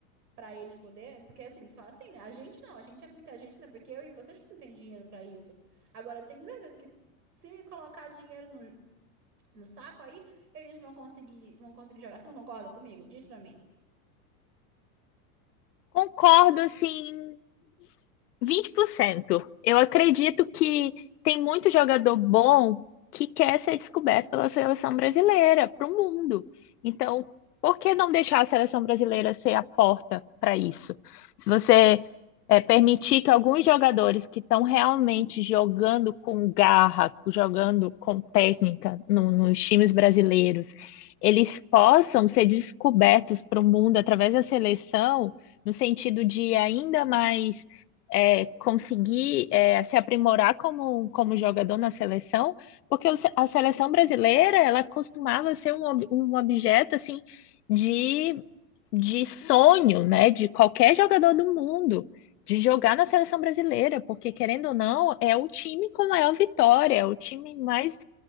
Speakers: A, on the right; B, on the left.
A: Pra eles poder, porque assim, só assim, né? A gente não, a gente é muita gente, né? Porque eu e vocês que não tem dinheiro pra isso. Agora, eu tenho certeza que se colocar dinheiro no, no saco, aí eles vão conseguir, vão conseguir jogar. Você não concorda comigo? Diz pra mim.
B: Concordo, assim, vinte por cento Eu acredito que tem muito jogador bom que quer ser descoberto pela seleção brasileira, para o mundo. Então, por que não deixar a seleção brasileira ser a porta para isso? Se você é, permitir que alguns jogadores que estão realmente jogando com garra, jogando com técnica no- nos times brasileiros, eles possam ser descobertos para o mundo através da seleção, no sentido de ainda mais é, conseguir é, se aprimorar como, como jogador na seleção, porque o se- a seleção brasileira ela costumava ser um, ob- um objeto assim de, de sonho, né, de qualquer jogador do mundo. De jogar na seleção brasileira, porque querendo ou não, é o time com maior vitória, é o time mais